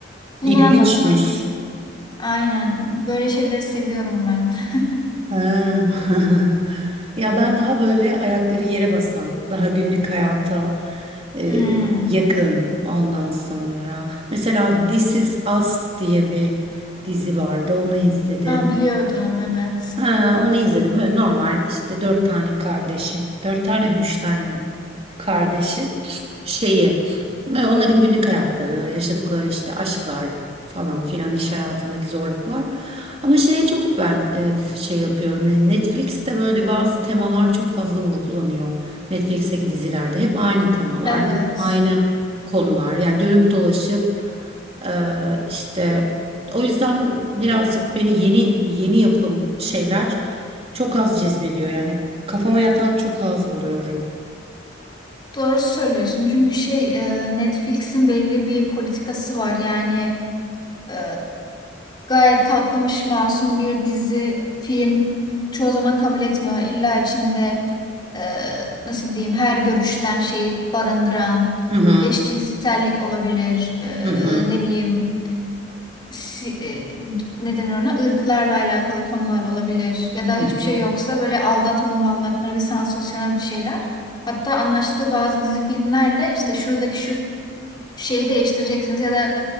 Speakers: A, on the left; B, on the right.
A: Bunu
B: İlginçmiş.
A: anlatan. Aynen. Böyle şeyleri seviyorum ben. <laughs>
B: Ha. <laughs> Ya ben daha böyle ayakları yere basan, daha günlük hayata e,
A: Hmm.
B: yakın ondan sonra. Mesela This Is Us diye bir dizi vardı, onu izledim.
A: Ha, biliyordum evet.
B: Ha, onu izledim. Öyle normal işte dört tane kardeşi. Dört tane mi? Üç tane mi? Kardeşi şeyi. ve Onların günlük hayatları, yaşadıkları işte aşklar falan filan iş hayatındaki zorluklar. Ama şeye çok ben e, f- şey yapıyorum. Yani Netflix'te böyle bazı temalar çok fazla vurgulanıyor. Netflix'teki dizilerde hep aynı temalar,
A: Evet.
B: hep aynı konular. Yani dönüp dolaşıp e, işte o yüzden birazcık beni yeni yeni yapım şeyler çok az cezbediyor. Yani kafama yatan çok az buluyorum.
A: Doğru söylüyorsun. Çünkü şey e, Netflix'in belli bir politikası var. Yani Ee, gayet tatlış, masum bir dizi, film çoğu zaman kabul etmiyor. İlla içinde e, nasıl diyeyim her görüşten şeyi barındıran
B: Hı hı.
A: eşcinsellik olabilir. Ee,
B: Hı hı.
A: ne bileyim si, e, ne denir ona ırklarla alakalı konular olabilir. Ya da
B: Hı
A: hiçbir
B: hı.
A: şey yoksa böyle aldatmalı mı aldatmalı bir sansasyonel bir şeyler. Hatta anlaştığı bazı dizi filmlerle işte şuradaki şu şeyi değiştireceksiniz ya da